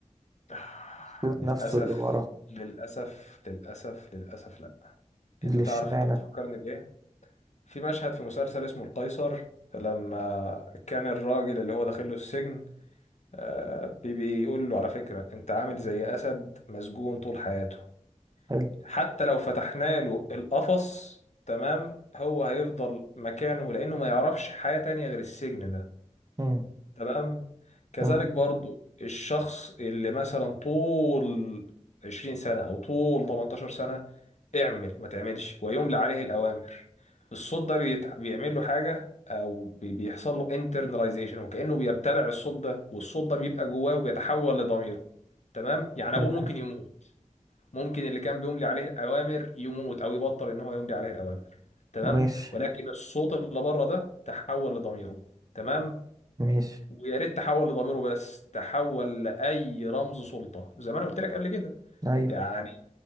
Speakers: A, on the left (about 65°); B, on the right (about 30°).
A: آه،
B: صوت
A: للأسف
B: نفسه اللي ورا
A: للأسف للأسف للأسف لأ
B: اللي
A: أنت تعرف
B: اشمعنى
A: أنت بتفكرني بإيه؟ في مشهد في مسلسل اسمه القيصر لما كان الراجل اللي هو داخل له السجن آه، بي- بيقول له على فكرة أنت عامل زي أسد مسجون طول حياته
B: حلو
A: حتى لو فتحنا له القفص تمام هو هيفضل مكانه لأنه ما يعرفش حياة تانية غير السجن ده
B: مم.
A: تمام كذلك
B: تمام
A: برضو الشخص اللي مثلا طول 20 سنة أو طول 18 سنة اعمل ما تعملش ويملى عليه الأوامر الصوت ده بيتع... بيعمل له حاجة أو بي... بيحصل له internalization وكأنه بيبتلع الصوت ده والصوت ده بيبقى جواه وبيتحول لضميره تمام يعني
B: تمام
A: أبوه ممكن يموت ممكن اللي كان بيملي عليه الأوامر يموت أو يبطل إن هو يملي عليه الأوامر تمام
B: ماشي
A: ولكن الصوت اللي بره ده تحول لضميره تمام
B: ماشي
A: ويا ريت تحول لضميره بس تحول لاي رمز سلطه زي ما انا قلت لك قبل كده
B: ايوه
A: يعني